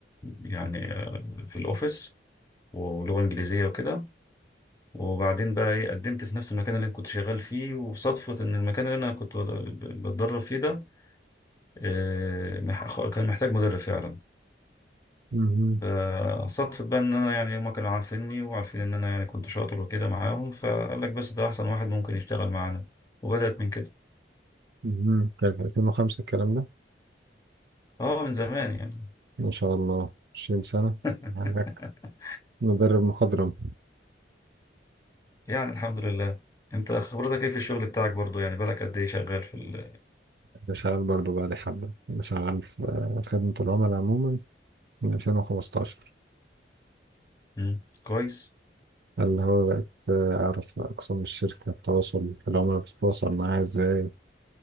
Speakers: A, on the left; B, on the right.
A: يعني آه، في الأوفيس ولغة إنجليزية وكده وبعدين بقى إيه قدمت في نفس المكان اللي أنا كنت شغال فيه وصدفة إن المكان اللي أنا كنت بد- بتدرب فيه ده آه، مح- كان محتاج مدرب فعلا
B: مهم.
A: فصدفة بقى إن أنا يعني هما كانوا عارفيني وعارفين إن أنا يعني كنت شاطر وكده معاهم فقال لك بس ده أحسن واحد ممكن يشتغل معانا وبدأت من كده
B: مهم. كان في 2005 الكلام ده
A: أه من زمان يعني
B: ما شاء الله 20 سنة
A: <laughs>
B: عندك مدرب مخضرم
A: يعني الحمد لله انت خبرتك ايه في الشغل بتاعك برضو يعني بالك قد ايه شغال في ال
B: أنا شغال برضه بقالي حبة أنا شغال في آه، خدمة العملاء عموما من 2015
A: مم. كويس
B: اللي هو بقيت آه، أعرف أقسام الشركة التواصل العملاء بتتواصل معاها إزاي